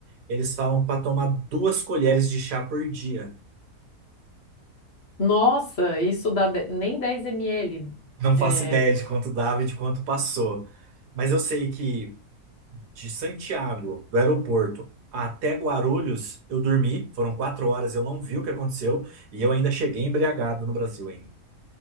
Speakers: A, on the right; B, on the left.
A: eles falam para tomar duas colheres de chá por dia.
B: Nossa, isso dá de- nem 10 ml.
A: Não faço
B: É,
A: ideia de quanto dava e de quanto passou. Mas eu sei que de Santiago, do aeroporto, até Guarulhos, eu dormi. Foram quatro horas, eu não vi o que aconteceu. E eu ainda cheguei embriagado no Brasil ainda.